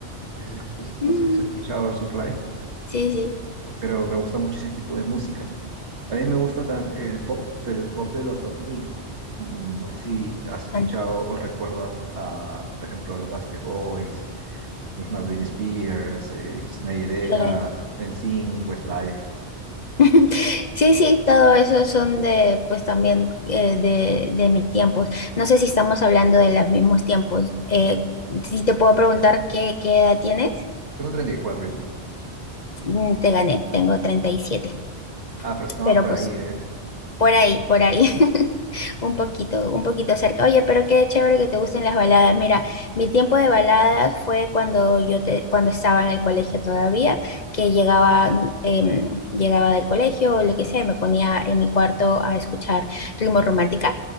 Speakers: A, on the right; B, on the left.
A: No sé si has escu- no
B: Mm,
A: sé si has escuchado Air Supply,
B: sí, sí, sí.
A: pero me gusta mucho ese tipo de música. A mí me gusta tam- el pop, pero el pop de los 2000. Mm, No sé si has escuchado
B: anti,
A: o recuerdas a, por ejemplo, los Backstreet Boys, misma Britney Spears, eh, Christina Aguilera,
B: claro.
A: NSYNC, Westlife.
B: <laughs> Sí, sí, todo eso son de, pues también eh, de, de mis tiempos. No sé si estamos hablando de los mismos tiempos. Eh, si te puedo preguntar qué, qué edad tienes,
A: Tengo 34, ¿y cuatro, ¿y tú?
B: Mm, te gané, tengo 37.
A: Ah, pero estamos
B: pero
A: por
B: pues
A: ahí, ¿ves?
B: Por ahí, por ahí. <laughs> Un poquito, un poquito cerca. Oye, pero qué chévere que te gusten las baladas. Mira, mi tiempo de baladas fue cuando yo te, cuando estaba en el colegio todavía, que llegaba, em, llegaba del colegio o lo que sea, y me ponía en mi cuarto a escuchar ritmo romántica.